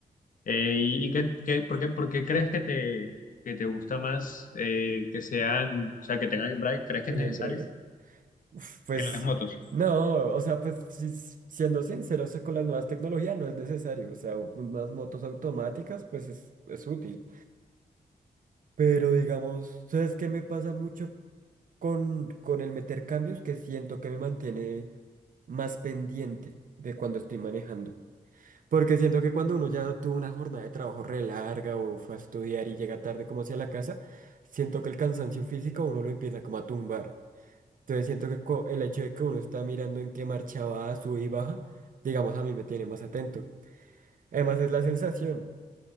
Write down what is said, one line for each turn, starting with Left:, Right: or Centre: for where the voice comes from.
Left: Eh, ¿y y qué, qué- por qué, por qué crees que te, que te gusta más eh, que sean, o sea, que tengan embrague? ¿Crees que
Right: el
Left: es necesario
Right: embrague, uf, pues
Left: en las motos?
Right: no, o sea, pues si s- siendo sinceros con las nuevas tecnologías no es necesario. O sea, unas motos automáticas, pues es, es útil. Pero digamos, ¿sabes qué me pasa mucho? con, con el meter cambios que siento que me mantiene más pendiente de cuando estoy manejando. Porque siento que cuando uno ya tuvo una jornada de trabajo re larga o fue a estudiar y llega tarde como hacia la casa, siento que el cansancio físico a uno lo empieza como a tumbar. Entonces siento que co- el hecho de que uno está mirando en qué marcha va, sube y baja, digamos a mí me tiene más atento. Además es la sensación,